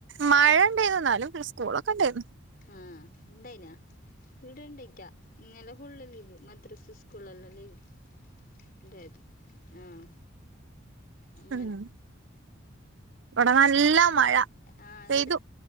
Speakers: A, on the right (about 60°); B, on the left (about 45°).
A: മഴ ഉണ്ടായിന്ന് എന്നാലും സ്കൂളൊക്കെ ഉണ്ടായിന്നു
B: ഉം. ഉണ്ടായിന്ന ഇവിടെ ഉണ്ടക്കാ ഇന്നലെ ഫുള്ള് ലീവ് മദ്രസ് സ്കൂളല്ലാം ലീവ്- ഇണ്ടത് ആഹ് അങ്ങന-
A: ഉം ഇവിടെ നല്ല മഴ
B: ആഹ്
A: പെയ്തു
B: ഇവിടെ